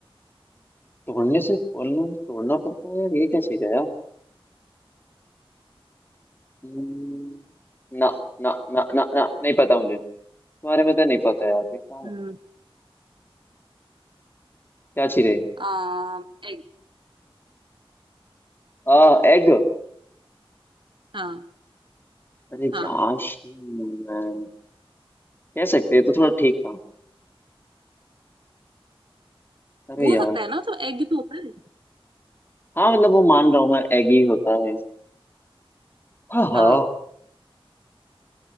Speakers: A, on the left; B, on the right.
A: तोड़ने से बोलना तोड़ना पड़ता है यार ये क्या चीज है यार हम्म, ना ना ना ना ना नहीं पता मुझे तुम्हारे में तो नहीं पता यार ये क्या है
B: हम्म,
A: क्या चीज है
B: आ, एग
A: आ, एग
B: हाँ
A: अरे
B: हाँ
A: यार मैन कह सकते हैं तो थोड़ा ठीक था अरे
B: हो
A: यार
B: सकता है ना मतलब एग तो होता है
A: हाँ मतलब वो मान रहा हूँ मैं एग ही होता है हाँ हाँ
B: हाँ